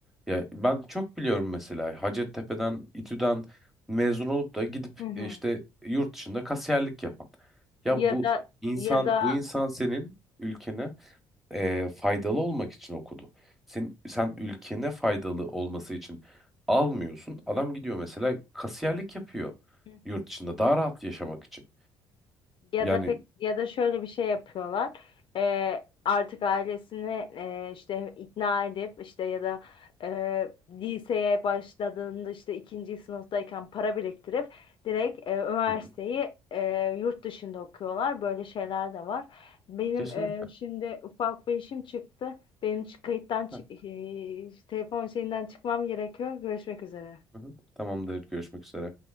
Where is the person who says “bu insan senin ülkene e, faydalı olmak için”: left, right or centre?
Centre